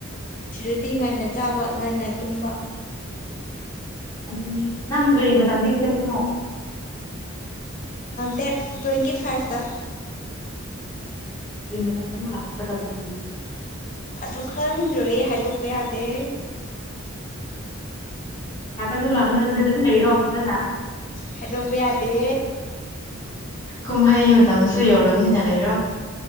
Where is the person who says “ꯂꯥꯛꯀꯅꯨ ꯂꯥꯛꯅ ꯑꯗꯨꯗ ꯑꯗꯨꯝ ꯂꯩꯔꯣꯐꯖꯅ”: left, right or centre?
Left